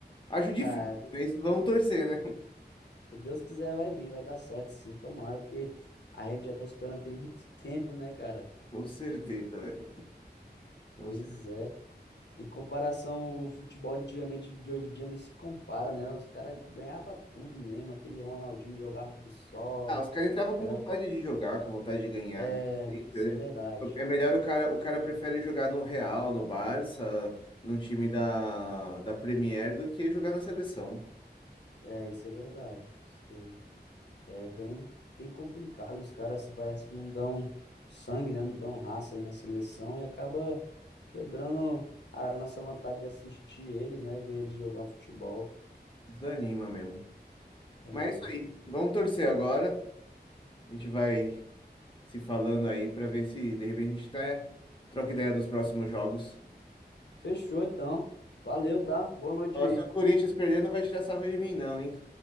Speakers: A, on the left; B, on the left.
A: Acho difícil,
B: Ah,
A: mas vamos torcer, né?
B: se Deus quiser, vai vir, vai dar certo, sim, tomara, porque a gente já tá esperando tem muito <laughs> tempo, né, cara?
A: <laughs> Com certeza,
B: E,
A: velho. Com
B: pois
A: certeza.
B: é. Em comparação, o futebol antigamente de hoje em dia nem se compara, né? Os caras ganhavam tudo mesmo. Aquele Ronaldinho jogava aqui só.
A: Ah, os caras entravam
B: Era.
A: com vontade de jogar, com vontade de ganhar,
B: É,
A: né? Gente,
B: isso
A: Hoje
B: é verdade.
A: é melhor o cara, o cara prefere jogar no Real, no Barça, num time da, da Premier do que jogar na seleção.
B: É, isso é verdade. Isso daí. É bem, bem complicado. Os caras se parece que não dão sangue, né? Não dão raça aí na seleção e acaba quebrando a nossa vontade de assistir eles, né? Ver eles jogar um futebol.
A: Desanima mesmo.
B: É.
A: Mas é isso aí. Vamos torcer agora. A gente vai se falando aí para ver se de repente a gente tá, troca ideia dos próximos jogos.
B: Fechou então. Valeu, tá? Boa noite
A: Ó,
B: aí.
A: se o Corinthians perder, não vai tirar sarro de mim, não, hein?